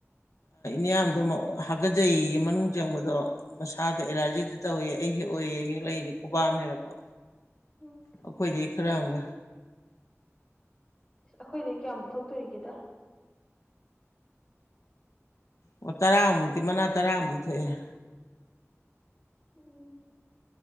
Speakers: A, on the left; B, on the left.
A: ꯏꯌꯥꯝꯗꯣ ꯍꯥꯀꯠꯆꯩꯌꯦ ꯃꯅꯨꯡ ꯆꯪꯕꯗꯣ ꯃꯁꯥꯗ ꯑꯦꯂꯥꯔꯖꯤꯗ ꯇꯧꯏꯦ ꯑꯩ ꯍꯦꯛ ꯑꯣꯏꯑꯦ ꯑꯩ ꯍꯦꯛ ꯂꯩꯏꯅꯦ ꯈꯨꯕꯥꯝ ꯍꯦꯛꯂꯛꯄ
B: ꯎꯝ
A: ꯑꯣꯈꯣꯏꯗꯤ ꯔꯪꯪ
B: ꯑꯩꯈꯣꯏꯗꯩ ꯀꯌꯥꯝ ꯄꯨꯊꯣꯛꯇꯣꯔꯤꯒꯦꯗ
A: ꯑꯣ ꯇꯔꯥꯃꯨꯛꯇꯤ ꯃꯅꯥ ꯇꯔꯥꯃꯨꯛꯇꯤ ꯊꯣꯛꯑꯦ
B: ꯎꯝ